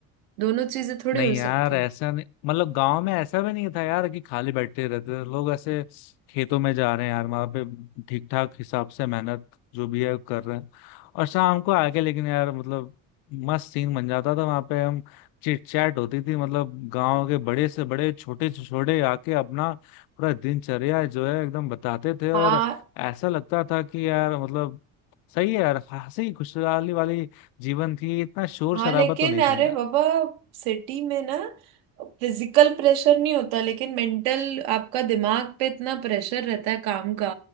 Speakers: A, on the right; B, on the left.
A: दोनों चीजें थोड़ी
B: नहीं
A: हो सकती
B: यार ऐसा
A: है
B: नहीं मतलब गांव में ऐसा भी नहीं था यार कि खाली बैठे रहते थे लोग ऐसे खेतों में जा रहे हैं यार वहां पे ठीक ठाक हिसाब से मेहनत जो भी है कर रहे हैं और शाम को आके लेकिन यार मतलब मस्त सीन बन जाता था वहां पे हम चिट चैट होती थी मतलब गांव के बड़े से बड़े छोटे से छोटे आके अपना पूरा दिनचर्या जो है एकदम बताते थे और
A: हाँ
B: ऐसा लगता था कि यार मतलब सही है यार हंसी खुशहाली वाली जीवन थी इतना शोर
A: हाँ
B: शराबा
A: लेकिन
B: तो नहीं
A: अरे
B: था यार
A: बाबा सिटी में ना फिजिकल प्रेशर नहीं होता लेकिन मेंटल आपका दिमाग पे इतना प्रेशर रहता है काम का